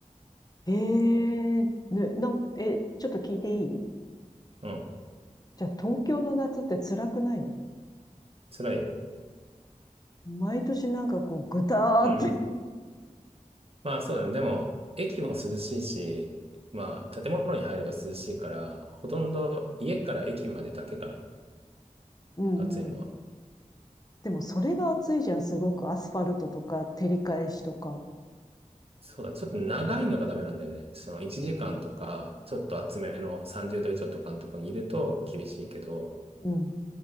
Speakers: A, on the left; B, on the right.
A: ええね、なん、え、ちょっと聞いていい
B: うん、
A: じゃあ、東京の夏って辛くないの
B: 辛いよ。
A: 毎年なんかこう、ぐたーって
B: うん。
A: <laughs>
B: まあそうだね。でも、駅も涼しいし、まあ建物に入れば涼しいから、ほとんど家から駅までだけかな、
A: うんうん。
B: 暑いのは。
A: でも、それが暑いじゃん、すごく。アスファルトとか、照り返しとか。
B: そうだね。ちょっと長いのがダメなんだよね。その1時間とか、ちょっと厚めの30度以上とかのとこにいると厳しいけど、
A: うん、